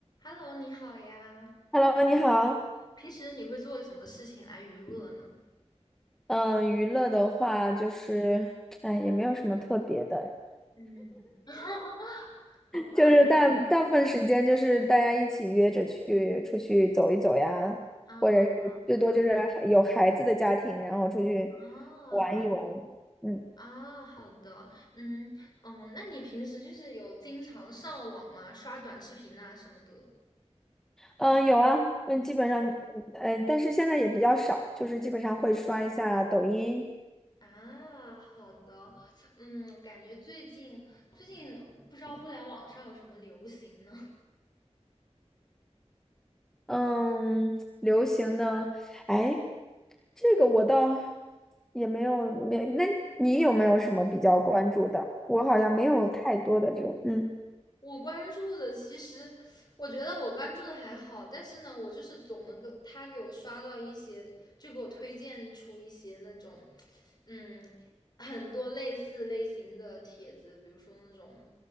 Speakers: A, on the left; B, in the centre.
A: Hello，你好呀。
B: Hello，你好。
A: 平时你会做什么事情来娱乐呢？
B: 嗯，娱乐的话就是，哎，也没有什么特别的，
A: 嗯，<laughs> 好吧。
B: 就是大大部分时间就是大家一起约着去出去走一走呀，
A: 啊
B: 或者是最多就是有孩子的家庭，然后出去
A: 啊
B: 玩一玩。嗯
A: 啊，好的。嗯嗯，那你平时就是有经常上网吗？刷短视频啊什么的？
B: 嗯，有啊，嗯，基本上，呃，哎但是现在也比较少，就是基本上会刷一下抖音，
A: 啊，好的。嗯，感觉最近最近不知道互联网上有什么流行呢？
B: 嗯，流行的，哎，这个我倒也没有，没，那你有没有什么比较关注的？我好像没有太多的这种，嗯，
A: 我关注的其实，我觉得我关注的还好，但是呢，我就是总能够他给我刷到一些，就给我推荐出一些那种，嗯，很多类似类型的帖子，比如说那种，